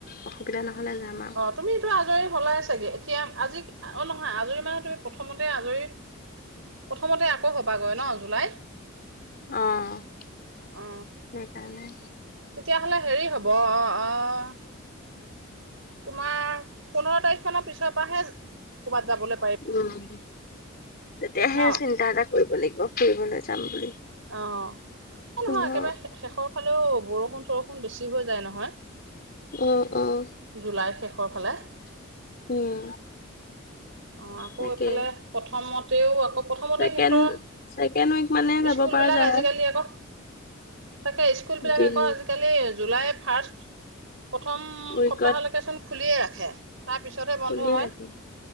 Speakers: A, on the left; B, on the right.
A: অসুবিধা নহলে যাম আও।
B: তুমিটো আজৰি হলাই চাগে, এতিয়া আজি অ' নহয় আজৰি মানে তুমি প্ৰথমতে আজৰি প্ৰথমতে আকৌ হবাগৈ ন জুলাইত।
A: অ'
B: অ
A: সেইকাৰণে।
B: তেতিয়াহ'লে হেৰি হ'ব। অ' অ'! তোমাৰ পোন্ধৰ তাৰিখ মানৰ পিছৰ পৰাহে কৰ'বাত যাবলে।
A: উম, তেতিয়াহে
B: ন
A: চিন্তা এটা কৰিব লাগিব ফুৰিবলৈ যাম বুলি।
B: অ' এই
A: পোন্ধৰ
B: নহয় একেবাৰে শেষৰ ফালেও বৰষুণ বৰষুণ বেছি হৈ যায় নহয়
A: অ', অ',
B: জুলাইৰ শেষৰ ফালে।
A: উম।
B: অঁ আকৌ
A: তাকে
B: এইফালে প্ৰথমতেও আকৌ প্ৰথমতে
A: ছেকেণ্ড
B: সিহঁতৰ
A: ছেকেণ্ড উইক মানে যাব
B: স্কুলবিলাক
A: পৰা যায়
B: আজিকালি আকৌ তাকে স্কুলবিলাক
A: জুন
B: আকৌ আজিকালি জুলাই ফাৰ্ষ্ট প্ৰথম
A: উইকত
B: সপ্তাহলৈকে চোন খুলিয়ে ৰাখে, তাৰ পিছতহে বন্ধ
A: <unintelligible>
B: হয়